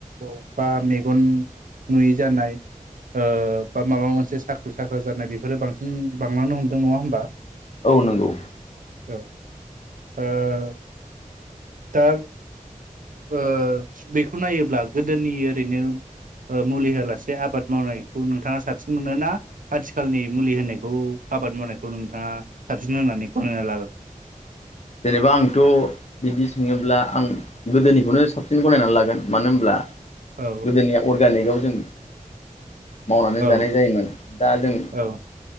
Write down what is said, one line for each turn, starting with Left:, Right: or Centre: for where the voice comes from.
Right: औ बा मेगन नुयै जानाय ओ बा माबा मोनसे साख्रु साख्रा जानाय बेफोरो बांसिन बांलांनो हमदों नंङा होमबा
Left: औ नंगौ
Right: औ ओ दा ओ बेखौ नायोब्ला गोदोनि ओरैनो ओ मुलि होआलासे आबाद मावनायखौ नोंथांङा साबसिन मोनो ना आथिखालनि मुलि होनायखौ आबाद मावनायखौ नोंथांङा साबसिन होननानै गनायना लागोन
Left: जेनेबा आंथ' बिदि सोंङोब्ला आं गोदोनिखौनो साबसिन गनायनानै लागोन मानो होनब्ला
Right: औ
Left: गोदोनिया अरगानिग आव जों मावनानै
Right: औ
Left: जानाय जायोमोन दा जों।
Right: औ